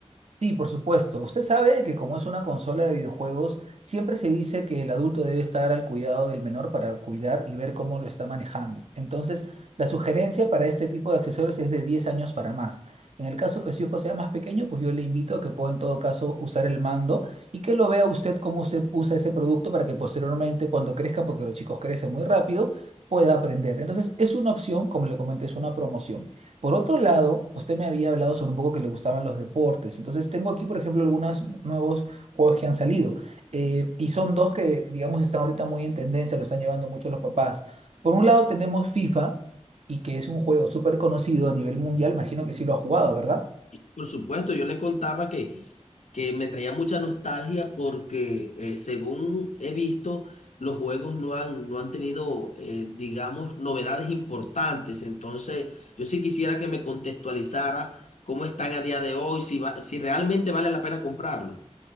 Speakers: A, on the right; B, on the left.
A: Sí, por supuesto. Usted sabe que como es una consola de videojuegos, siempre se dice que el adulto debe estar al cuidado del menor para cuidar y ver cómo lo está manejando. Entonces, la sugerencia para este tipo de accesorios es de 10 años para más. En el caso que su hijo sea más pequeño, pues yo le invito a que pueda en todo caso usar el mando y que lo vea usted cómo usted usa ese producto para que posteriormente, cuando crezca, porque los chicos crecen muy rápido, pueda aprender. Entonces, es una opción, como le comenté, es una promoción. Por otro lado, usted me había hablado sobre un poco que le gustaban los deportes. Entonces, tengo aquí, por ejemplo, algunos nuevos juegos que han salido. eh, y son dos que, digamos, están ahorita muy en tendencia, lo están llevando mucho los papás. Por un lado, tenemos FIFA, y que es un juego súper conocido a nivel mundial. Imagino que sí lo ha jugado, ¿verdad?
B: Por supuesto, yo le contaba que, que me traía mucha nostalgia porque eh, según he visto, los juegos no han, no han tenido, eh, digamos, novedades importantes. Entonces, yo sí quisiera que me contextualizara cómo están a día de hoy, si va- si realmente vale la pena comprarlo.